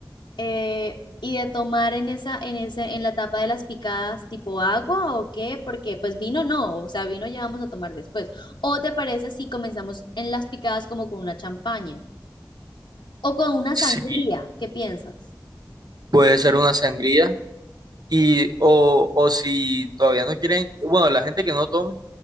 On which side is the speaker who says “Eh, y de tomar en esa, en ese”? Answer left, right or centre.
Left